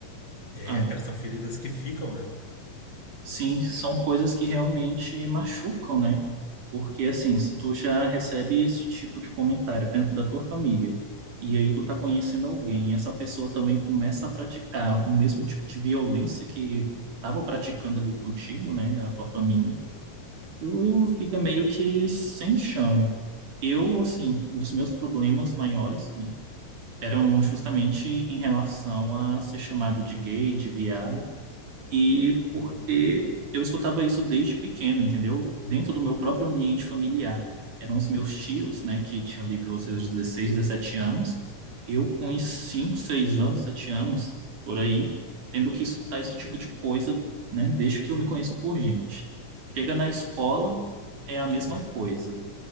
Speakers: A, on the left; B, on the right.
A: é,
B: ah,
A: cara, são feridas que ficam, né?
B: sim, são coisas que realmente machucam, né? Porque assim, se tu já recebe esse tipo de comentário dentro da tua família, e aí tu tá conhecendo alguém, e essa pessoa também começa a praticar o mesmo tipo de violência que tava praticando ali contigo, né? A tua família. Tu fica meio que sem chão. Eu, assim, os meus problemas maiores, né, eram justamente em relação a ser chamado de gay, de viado. E
A: Uhum,
B: porque eu escutava isso desde pequeno, entendeu? Dentro do meu próprio ambiente familiar. Eram os meus tios, né, que tinham ali pelos seus 16, 17 anos. Eu com uns 5, 6 anos, 7 anos, por aí, tendo que escutar esse tipo de coisa, né, desde que eu me conheço por gente. Chega na escola, é a mesma
A: que merda.
B: coisa.